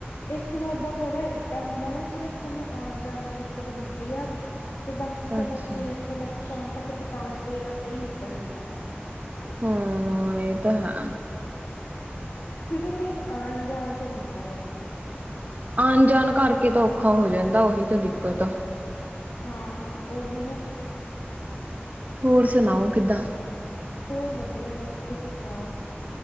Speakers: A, on the left (about 80°); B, on the right (about 40°).
A: ਇੱਕ ਸਾਡਾ ਥੋੜ੍ਹਾ ਏਦਾਂ ਹੁੰਦਾ ਨਾ ਸਿਰਫ਼ ਸਾਨੂੰ ਆਉਣ ਜਾਣ ਚ ਦਿੱਕਤ ਹੁੰਦੀ ਆ। ਤੇ ਬਾਕੀ ਸਾਡਾ
B: ਅੱਛਾ
A: ਸਵੇਰ ਤੋਂ ਲੈ ਕੇ ਸ਼ਾਮ ਤੱਕ ਦੁਕਾਨ ਤੇ ਸਹੀ ਨਿਕਲ ਜਾਂਦਾ।
B: ਹਾਂ ਇਹ ਤਾਂ ਹੈ।
A: ਫਿਰ ਤੇ ਇੱਕ ਆਉਣ ਜਾਣ ਤੇ ਮੁੰਨਾ ਹੈ ਉਹ।
B: ਆਣ-ਜਾਣ ਕਰਕੇ ਤਾਂ ਔਖਾ ਹੋ ਜਾਂਦਾ ਉਹੀ ਤਾਂ ਦਿੱਕਤ ਆ।
A: ਹਾਂ ਉਹੀ ਨਾ ਫਿਰ।
B: ਹੋਰ ਸੁਣਾਓ ਕਿੱਦਾਂ?
A: ਹੋਰ ਵਧੀਆ ਬਸ ਤੁਸੀਂ ਸੁਣਾਓ?